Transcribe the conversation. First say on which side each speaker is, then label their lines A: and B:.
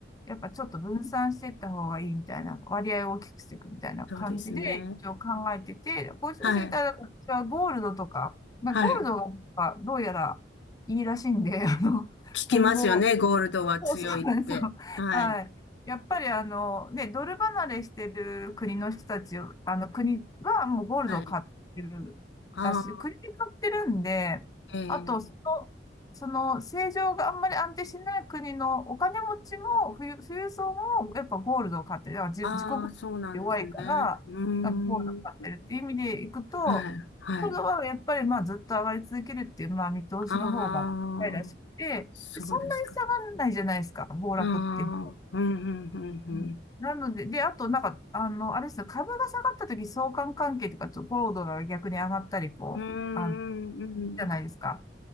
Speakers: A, on the left; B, on the left.
A: やっぱちょっと分散していった方がいいみたいな、割合を大きくしていくみたいな感じで、
B: そうですね。
A: 一応考えてて、50過ぎたらはゴールドとか、
B: はい。
A: まあ、
B: はい。
A: ゴールドがどうやらいいらしいんで、あの、
B: 聞きますよね。
A: 今後、
B: ゴールドは強いって。
A: そうそうなんですよ。
B: はい。
A: はい。やっぱりあの、ね、ドル離れしてる国の人たちを、あの国はもうゴールドを買ってるらしい。
B: はい。ああ、
A: 国で買ってるんで、
B: ええ。
A: あと、その、その、政情があんまり安定しない国のお金持ちも、富裕、富裕層もやっぱゴールドを買ってる。だから自、
B: ああ、
A: 自国
B: そうなんですね。
A: 弱いから、
B: うーん。
A: なんかゴールドを買ってるっていう意味でいくと、
B: はい。はい。
A: ゴールドはやっぱりまあずっと上がり続けるっていう、まあ見通しの方が、
B: ああ、
A: らしくて、
B: そうですか。
A: そんなに下がんないじゃないですか、暴落っていうの
B: ああ、うん、うん、うん、うん。
A: うんなので、で、あと、なんか、あの、あれですよ、株が下がった時相関関係とか、ちょっとゴールドが逆に上がったり、こう、
B: うーん、
A: あの、
B: うん、
A: じゃないですか。